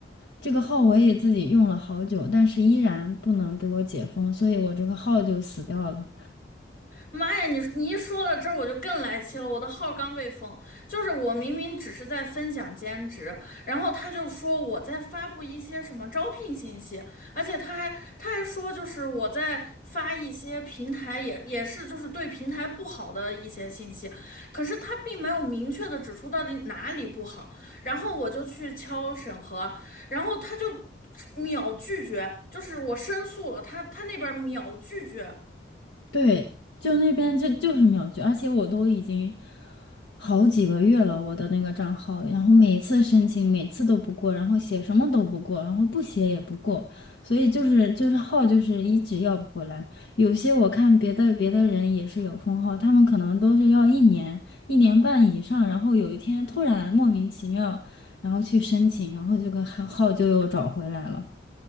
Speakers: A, on the left; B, on the left.
A: 这个号我也自己用了好久，但是依然不能给我解封，所以我这个号就死掉了。
B: 妈呀，你你一说到这儿，我就更来气了。我的号刚被封，就是我明明只是在分享兼职，然后他就说我在发布一些什么招聘信息，而且他还他还说就是我在发一些平台也也是就是对平台不好的一些信息，可是他并没有明确的指出到底哪里不好，然后我就去敲审核，然后他就秒拒绝，就是我申诉了，他他那边秒拒绝。
A: 对，就那边就就是秒拒，而且我都已经。好几个月了，我的那个账号，然后每次申请，每次都不过，然后写什么都不过，然后不写也不过，所以就是就是号就是一直要不回来。有些我看别的别的人也是有封号，他们可能都是要一年一年半以上，然后有一天突然莫名其妙，然后去申请，然后这个号号就又找回来了。